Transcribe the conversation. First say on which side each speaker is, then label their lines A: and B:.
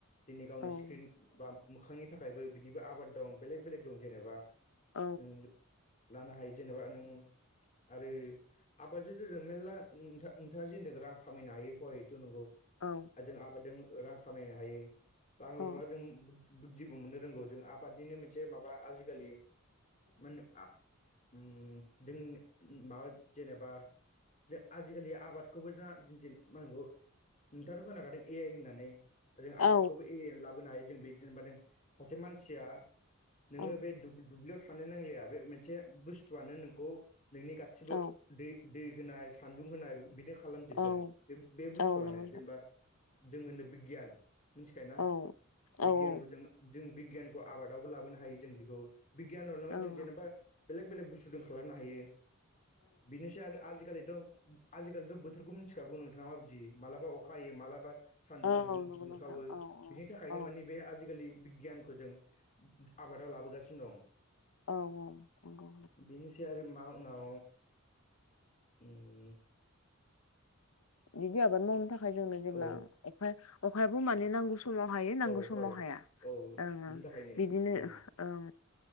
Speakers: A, on the left (about 35°); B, on the left (about 80°).
A: दिनै गावनि
B: औ
A: स्क्रिन बा मोखांनि थाखायबो बिनिबो आबाद दं बेलेग बेलेग दं जेनेबा
B: औ
A: उम लानो हायो जेनेबा नों आरो आबादजों मेरला नोंथां नोंथाङा जे रां खामायनो हायो हय थ' नंगौ।
B: औ
A: जों आबादजों रां खामायनो हायो रांल'
B: औ
A: नङा जों बुद्धिबो मोननो रोंगौ जों आबादनिनो मोनसे माबा आजिखालि मोन आ उम नि जों माबा जेनेबा आजिखालि आबादखौबो जोंहा दिन दिन मांगौ। नोंथाङाथ' खोनाखादों ए आइ होननानै। जों आबादखौबो
B: औ
A: ए आइयानो लाबोनो हायो जों बे जेनेबा नों सासे मानसिया नोङो
B: औ
A: बे दु-दुब्लियाव थानो नांलाया बे मोनसे बुस्थुआनो खौ नोंनि गासिबो
B: औ
A: दै दै होनाय सान्दुं होनाय बिनि बिखौ खालामजोबगोन
B: औ
A: बे बे बुस्थुआनो
B: औ नंगौ नोंथां
A: जेनेबा जों होनो बिगियान। मिथिखायोना
B: औ औ
A: बिगियानखौ
B: औ
A: जों जों बिगियानखौ आबादावबो लाबोनो हायो जों बेखौ बिगियानाव नङा
B: औ
A: जों जेनेबा बेलेग बेलेग बुस्थु जों खालामनो हायो। बेनोसै आरो आजिखालिथ' आजिखालिथ' बोथोरखौ मिथिखागौ नोंथाङा माबायदि मालाबा अखा हायो मालाबा सानदुङा
B: औ औ नंगौ
A: दुंख्रावो।
B: नोंथां औ
A: बिनि थाखायनो
B: औ
A: माने बे आजिखालि बिगियानखौ जों आबादाव लाबोगासिनो दं।
B: औ औ नंगौ
A: बेनिसै आरो मानाव उम।
B: बिदि आबाद मावनो थाखाय जोंनो जेब्ला
A: औ
B: अखायाबो मानो नांगौ समाव हायो नांगौ
A: औ
B: समाव
A: हय
B: हाया
A: औ
B: ओं-ओं
A: बिनि थाखायनो
B: बिदिनो
A: उम
B: ओं